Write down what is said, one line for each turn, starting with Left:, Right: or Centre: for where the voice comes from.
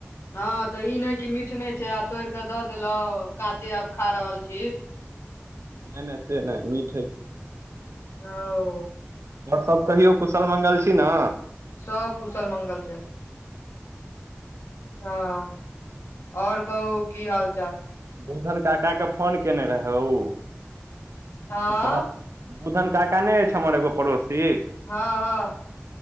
Left: हँ तऽ ई नहि कि मीठ नहि छै आ तोड़ क दऽ देलहु काँचे आब खा रहल छी
Right: नहि नहि त नहि मिठ है
Left: ओ
Right: आओर सब कहियौ कुशल मंगल छी ना
Left: सब कुशल मंगल छै हँ आओर कहू की हाल चाल
Right: बोधन काका के फोन केने रहै उ
Left: हँ
Right: तऽ कहल बुधन काका नहि अछि हमर एगो पड़ोसी
Left: हँ हँ